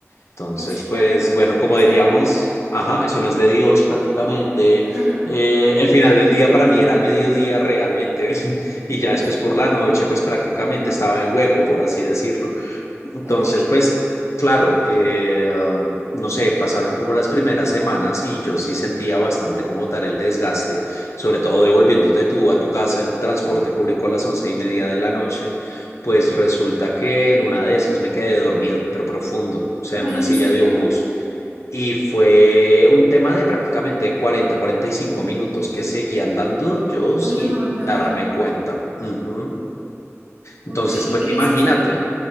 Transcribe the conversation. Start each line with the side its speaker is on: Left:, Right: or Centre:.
Left: Entonces,
Right: Ush, claro,
Left: pues
Right: era
Left: bueno,
Right: muy
Left: como
Right: pesado.
Left: diríamos, ajá, eso no es de Dios prácticamente.
Right: <laughs>
Left: Eh, el final del día para mí era al mediodía realmente <laughs> y ya
Right: Uf,
Left: después por la noche, pues prácticamente estaba en hueco, por así decirlo. Entonces,
Right: ok.
Left: pues, claro, eh, um, no sé, pasaron como las primeras semanas y yo sí sentía bastante como tal el desgaste, sobre todo devolviéndote tú a tu casa en transporte público a las once y media de la noche, pues resulta que en una de esas me quedé dormido, pero profundo, o sea,
Right: Ay,
Left: en una
Right: ¿en
Left: silla
Right: serio?
Left: de un bus. Y fue un tema de prácticamente cuarenta, cuarenta y cinco minutos que seguía andando yo sin
Right: Uy, un montón.
Left: darme cuenta. Ujú.
Right: Ok,
Left: Entonces,
Right: ¿y
Left: pues
Right: qué
Left: imagínate.
Right: hiciste?